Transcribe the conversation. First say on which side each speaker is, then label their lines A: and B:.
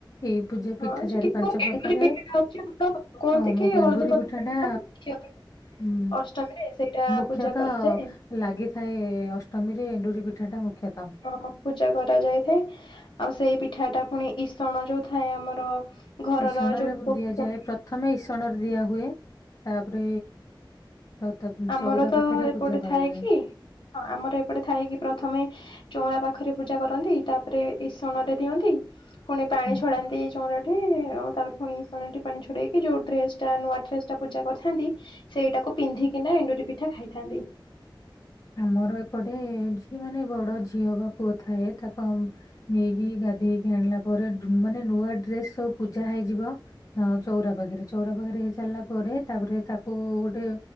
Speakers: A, on the left; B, on the left.
A: ଏଇ ପୂଜା
B: ହଁ
A: ପିଠା
B: ଯେ
A: ଚାରି
B: କିନ୍ତୁ
A: ପାଞ୍ଚ
B: ଏଣ୍ଡୁରି
A: ପ୍ରକାରେ।
B: ପିଠାଟା ହଉଛି ଆମର କୁହନ୍ତି
A: ଅ ମୋ
B: କି ହଳଦୀ
A: ଏଣ୍ଡୁରି
B: ପତ୍ର
A: ପିଠା
B: ପିଠାଟା
A: ଟା
B: ଝିଅ ପିଲା
A: ହୁଁ
B: ଅଷ୍ଟମୀରେ ସେଇଟା
A: ମୁଖ୍ୟତଃ
B: ପୂଜା କରାଯାଏ
A: ଲାଗିଥାଏ ଅଷ୍ଟମୀରେ ଏଣ୍ଡୁରି ପିଠାଟା ମୁଖ୍ୟତଃ।
B: ହଁ ପୂଜା କରାଯାଇଥାଏ। ଆଉ ସେଇ ପିଠା ଟା ପୁଣି ଇସଣ ଯୋଉ ଥାଏ ଆମର। ଘରର
A: ଇସଣରେ
B: ଯୋଉ <unintelligible>
A: ଦିଆଯାଏ ପ୍ରଥମେ ଇସଣରେ ଦିଆ ହୁଏ। ତାପରେ ଆଉ ତା
B: ଆମର
A: ଚଉରା
B: ତ
A: ପାଖରେ
B: ଏପଟେ
A: ପୂଜା
B: ଥାଏ
A: କରାଯାଏ।
B: କି? ହଁ ଆମର ଏପଟେ ଥାଏ କି ପ୍ରଥମେ ଚଉଁରା ପାଖରେ ପୂଜା କରନ୍ତି। ତାପରେ ଇସଣ ରେ ଦିଅନ୍ତି। ପୁଣି ପାଣି
A: ହୁଁ।
B: ଛଡାନ୍ତି ଚଉରାଁଠି। ଆଉ ତାପରେ ପୁଣି ଇସାଣଟି ପାଣି ଛଡେଇକି ଯୋଉ ଡ୍ରେସ ଟା ନୂଆ ଡ୍ରେସ ଟା ପୂଜା କରିଥାନ୍ତି। ସେଇଟାକୁ ପିନ୍ଧି କି ନା ଏଣ୍ଡୁରି ପିଠା ଖାଇଥାନ୍ତି।
A: ଆମର ଏପଟେ ଯିଏ ମାନେ ବଡ ଝିଅ ବା ପୁଅ ଥାଏ ତାକୁ ନେଇକି ଗାଧେଇଇକି ଆଣିଲା ପରେ ମାନେ ନୂଆ ଡ୍ରେସ ସବୁ ପୂଜା ହେଇଯିବ ହ ଚଉରା ପାଖରେ ଚଉରା ପାଖରେ ହେଇ ସାରିଲା ପରେ ତାପରେ ତାକୁ ଗୋଟେ